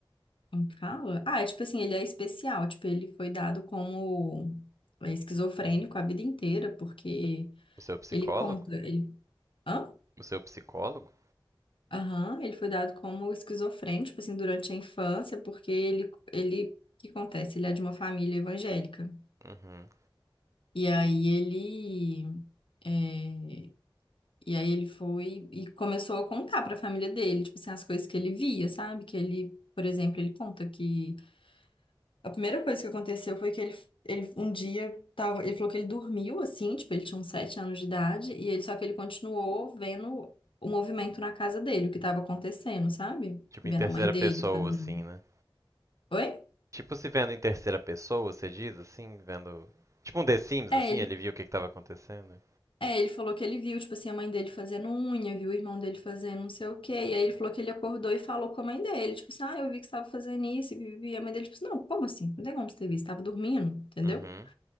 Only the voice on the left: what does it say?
como que fala? Ah, é tipo assim, ele é especial, tipo, ele foi dado como é, esquizofrênico a vida inteira, porque
ele conta, ele... Hã?
Aham, ele foi dado como esquizofrênico, tipo assim, durante a infância, porque ele, ele, o que acontece? Ele é de uma família evangélica.
E aí ele, é, e aí ele foi e começou a contar para a família dele, tipo assim, as coisas que ele via, sabe? Que ele, por exemplo, ele conta que a primeira coisa que aconteceu foi que ele, ele um dia tava, ele falou que ele dormiu assim, tipo, ele tinha uns sete anos de idade, e ele só que ele continuou vendo o movimento na casa dele, o que estava acontecendo, sabe?
Vendo
a mãe dele
fazendo.
Oi?
É,
ele,
é, ele falou que ele viu, tipo assim, a mãe dele fazendo unha, viu o irmão dele fazendo não sei o quê. E aí ele falou que ele acordou e falou com a mãe dele, tipo assim, ah, eu vi que você estava fazendo isso, e vivi. E a mãe dele, tipo assim, não, como assim? Não tem como você ter visto, estava dormindo, entendeu?